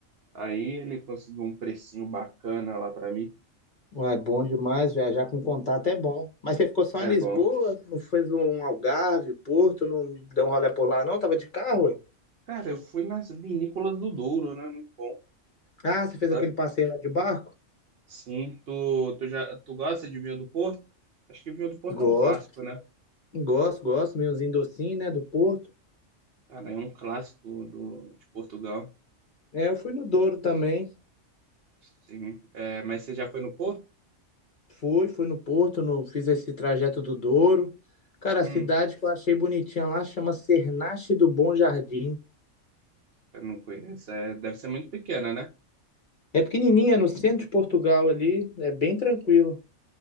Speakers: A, on the right; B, on the left.
A: Aí ele conseguiu um precinho bacana lá pra mim.
B: Uai, bom demais. Viajar com contato é bom. Mas você ficou só
A: É
B: em Lisboa?
A: bom.
B: Não fez um Algarve, Porto? Não deu um rolê por lá, não? Tava de carro, ué?
A: Cara, eu fui nas vinícolas do Douro, né? Muito bom,
B: Ah, você fez
A: sabe?
B: aquele passeio lá de barco?
A: Sim, tu, tu já tu gosta de vinho do Porto? Acho que vinho do Porto
B: Gosto,
A: é um clássico, né?
B: gosto, gosto. Meiozinho docinho, né? Do Porto.
A: Cara, é um clássico do, de Portugal.
B: É, eu fui no Douro também.
A: Sim. É, mas você já foi no Porto?
B: Fui, fui no Porto, no, fiz esse trajeto do Douro. Cara,
A: Hum.
B: a cidade que eu achei bonitinha lá chama Cernache do Bom Jardim.
A: Eu não conheço. É, deve ser muito pequena, né?
B: É pequenininha, é no centro de Portugal ali, é bem tranquilo.